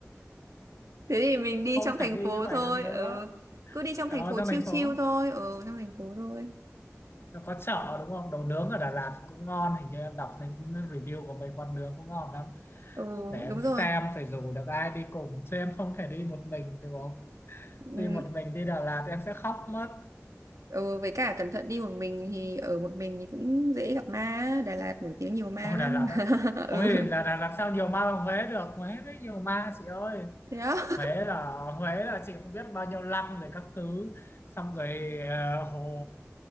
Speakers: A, on the right; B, on the left.
A: thế thì mình
B: không
A: đi trong thành
B: thể đi
A: phố
B: như vậy
A: thôi
B: được nữa.
A: ừ cứ đi trong
B: ở
A: thành phố
B: trong
A: chiêu
B: thành
A: chiêu
B: phố.
A: thôi ừ trong thành phố thôi
B: nó có chợ đúng không đồ nướng ở Đà Lạt cũng ngon hình như em đọc thấy review của mấy quán nướng cũng ngon lắm
A: ừ
B: để em
A: đúng
B: xem
A: rồi
B: phải rủ được ai đi cùng chứ em không thể đi một mình được không
A: ừ,
B: đi một mình đi Đà Lạt em sẽ khóc mất
A: ừ với cả cẩn thận đi một mình thì ở một mình thì cũng dễ gặp ma á. Đà Lạt nổi tiếng nhiều ma
B: ôi
A: lắm
B: Đà Lạt á
A: <laughs> ừ
B: ôi là Đà Lạt sao nhiều ma bằng Huế được Huế mới nhiều ma chị ơi
A: thế đó
B: Huế là Huế là chị không biết bao nhiêu lăng rồi các thứ xong rồi ờ, hồ